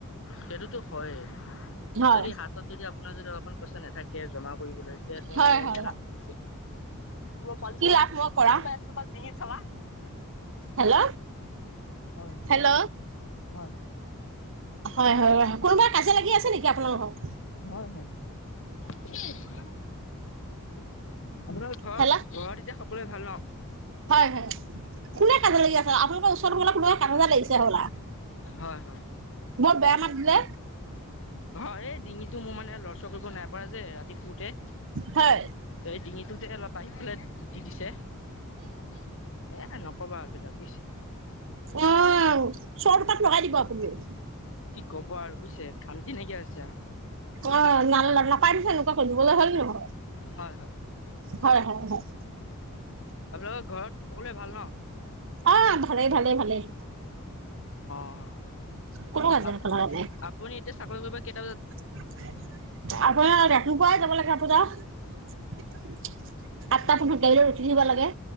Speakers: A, on the left; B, on the right.
A: সেইটোতো হয়ে,
B: হয়
A: যদি হাতত যদি আপোনাৰ যদি অলপমান পইচা নাথাকে, জমা কৰিবলৈ তেনেহ'লে
B: হয় হয়
A: কুকুৰৰ
B: হয়
A: পোৱালি
B: কি
A: চালা,
B: লাভ মই কৰা
A: দুখ পাই আছো বা ডিঙিত চালা।
B: হেল্ল',
A: হয়
B: হেল্ল'।
A: হয়
B: হয়, হয়, হয়, কোনোবাই কাজিয়া লাগি আছে নেকি আপোনালোৰ লগত?
A: হয় হয় আপোনাৰ ঘৰত, ঘৰত এতিয়া সকলোৱে
B: হেল্ল'।
A: ভাল ন'?
B: হয়, হয়, কোনে কাজিয়া লাগি আছে আপোনালোকৰ ওচৰ ফালে কোনোবা কাজিয়া লাগিছে। হ'বলা।
A: হয়, হয়।
B: বৰ বেয়া মাত দিলে
A: অ', এই ডিঙিটো মোৰ মানে লৰচৰ কৰিব নাইপৰা যে শুওঁতে,
B: হয়
A: এই ডিঙিটোতে অলপ বাহিৰ ফালে দি দিছে। এ, নকবা এইবিলাক। বুজিছে
B: অ', চৰ দুপাত লগাই দিব আপুনিও।
A: কি ক'ব আৰু বুজিছে, শান্তি নাইকিয়া হৈছে।
B: অ', নাল নাপাই নহয় এনেকুৱা কৰিবলৈ, হয়নে নহয়?
A: হয় হয়
B: হয়, হয়, হয়।
A: আপোনালোকৰ ঘৰত সকলোৱে ভাল ন'?
B: আহ, ভালেই, ভালেই, ভালেই।
A: অ',
B: কোনো কাজিয়া পেলোৱা নাই
A: আপুনি এতিয়া চাকৰি কৰিব কেতা
B: আপোনাৰ ৰাতিপুৱাই যাব লাগে আপোনা আঠটা পোন্ধৰত গাড়ীত উঠি দিব লাগে।